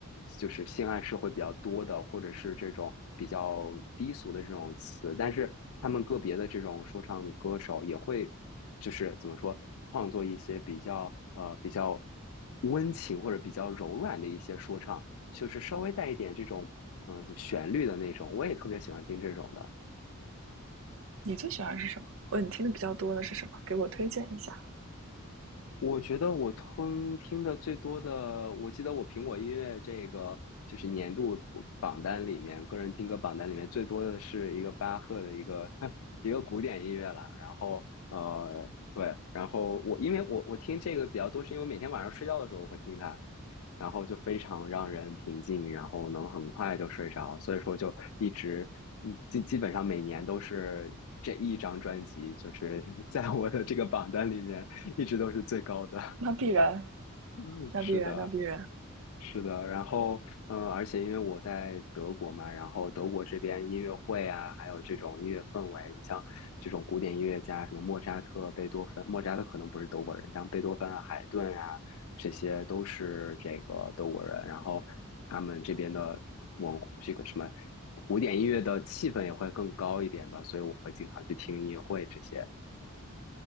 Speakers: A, on the left; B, on the right.
A: 就是性暗示会比较多的，或者是这种比较低俗的这种词，但是他们个别的这种说唱歌手也会，就是怎么说，创作一些比较呃比较温情或者比较柔软的一些说唱。就是稍微带一点这种嗯、呃旋律的那种，我也特别喜欢听这种的。
B: 你最喜欢是什么？或者你听的比较多的是什么？给我推荐一下。
A: 我觉得我听听的最多的，我记得我苹果音乐这个就是年度榜单里面，个人听歌榜单里面最多的是一个巴赫的一个 <laughs> 一个古典音乐啦。然后呃，对，然后我因为我我听这个比较多，是因为我每天晚上睡觉的时候我会听它，然后就非常让人平静，然后能很快就睡着，所以说就一直，嗯基基本上每年都是这一张专辑，就是 <laughs> 在我的这个榜单里面一直都是最高的。
B: 那必然，
A: <laughs>
B: 那必然，
A: 是的，
B: 那必然。
A: 是的，然后嗯，呃而且因为我在德国嘛，然后德国这边音乐会啊，还有这种音乐氛围，你像这种古典音乐家，什么莫扎特、贝多芬，莫扎特可能不是德国人，像贝多芬啊、海顿啊，这些都是这个德国人，然后他们这边的文这个什么古典音乐的气氛也会更高一点吧，所以我会经常去听音乐会这些。